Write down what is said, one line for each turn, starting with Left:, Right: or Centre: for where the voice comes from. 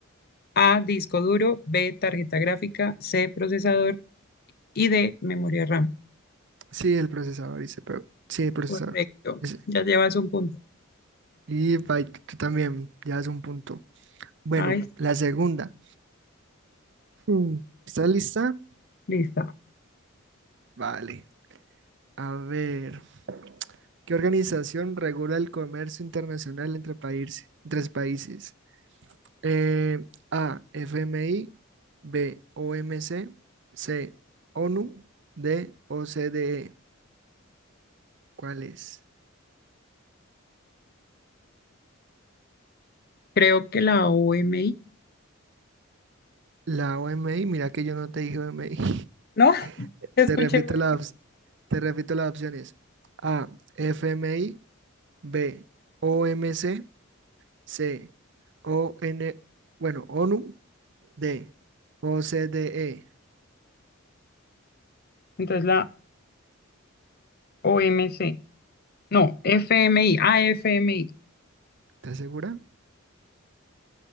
Left: A, disco duro, B, tarjeta gráfica, C, procesador y D, memoria RAM.
Right: Sí, el procesador, dice, pero sí, el procesador.
Left: Correcto.
Right: Dice,
Left: Ya llevas un punto.
Right: Y byte, tú también, ya es un punto. Bueno,
Left: Ahí está.
Right: la segunda. Hmm, ¿Estás lista?
Left: Lista.
Right: Vale. A ver, ¿qué organización regula el comercio internacional entre países? Tres países. Eh, A, FMI, B, OMC, C, C, ONU, D, OCDE. ¿Cuál es?
Left: Creo que la OMI.
Right: La OMI, mira que yo no te dije OMI. <laughs>
Left: No, escuché.
Right: Te repito
Left: OMI.
Right: las, te repito las opciones. A, FMI, B, OMC, C, C, o n bueno, ONU, D, o c d e
Left: Entonces la OMC. No, FMI. Ah, FMI.
Right: ¿Estás segura?